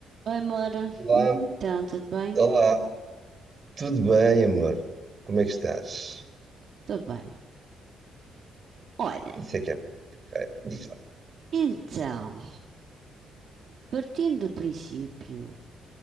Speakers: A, on the right; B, on the right.
A: Oi, Mora.
B: Olá,
A: Então, tudo bem?
B: olá, tudo bem, amor? Como é que estás?
A: Estou bem. Olha,
B: Isso é que é porreiro. Diz lá.
A: então, partindo do princípio